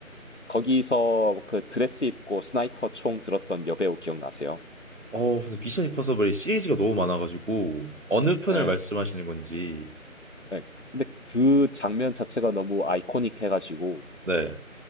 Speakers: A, on the left; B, on the right.
A: 거기서 그 드레스 입고 스나이퍼 총 들었던 여배우 기억나세요?
B: 어, 근데 미션 임파서블이 시리즈가 너무 많아가지고 어느 편을
A: 예.
B: 말씀하시는 건지.
A: 네 근데 그 장면 자체가 너무 아이코닉 해가지고
B: 네.